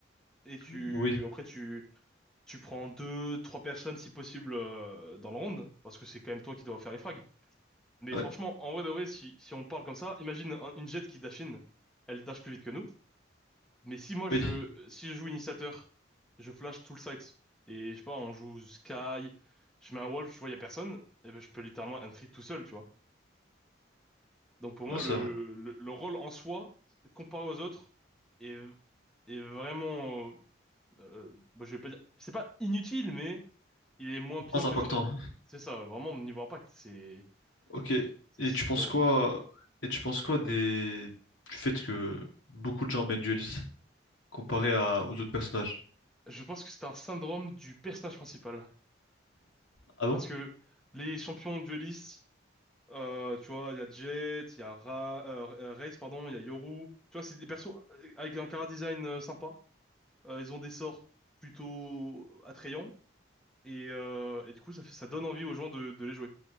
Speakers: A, in the centre; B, on the left.
A: et tu,
B: Oui,
A: après, tu, tu prends deux, trois personnes, si possible, euh, dans le round. Parce que c'est quand même toi qui dois faire les frags. Mais
B: ouais,
A: franchement, en vrai de vrai, si, si on parle comme ça, imagine un- une jet qui dash in. Elle dash plus vite que nous. Mais si moi je,
B: oui,
A: si je joue initiateur, je flash tout le site. Et je sais pas, on joue Sky, je mets un wolf, je vois y a personne, et ben je peux littéralement entry tout seul, tu vois. Donc pour moi,
B: ouais, c'est
A: le,
B: vrai.
A: le, le rôle en soi, comparé aux autres, est, est vraiment, euh, euh, bon, je vais pas dire, c'est pas inutile, mais il est moins bien
B: Moins
A: que
B: impactant.
A: les autres, quoi.
B: hein.
A: C'est ça, ouais, vraiment, au niveau impact, c'est,
B: Ok.
A: c'est
B: Et
A: c'est
B: tu penses
A: zéro.
B: quoi? Et tu penses quoi des du fait que beaucoup de gens mènent dueliste comparé à... aux autres personnages?
A: Je pense que c'est un syndrome du personnage principal.
B: Ah bon?
A: Parce que les champions duellistes, Euh, tu vois, il y a Jet, il y a Ra euh, euh, Raze, pardon, il y a Yoru. Tu vois, c'est des persos euh, avec un chara design euh, sympa. Euh, ils ont des sorts plutôt attrayants. Et, euh, et du coup, ça, fait- ça donne envie aux gens de, de les jouer.